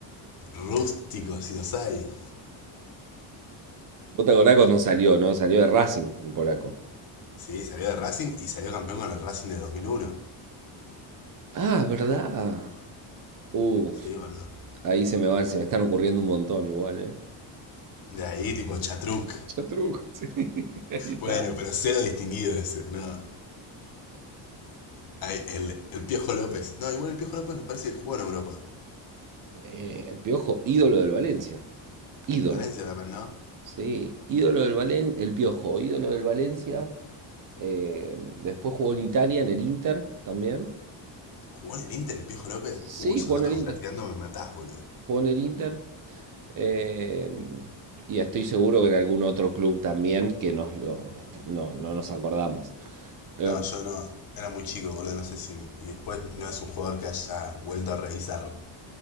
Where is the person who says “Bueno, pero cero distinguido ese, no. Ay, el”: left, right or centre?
Left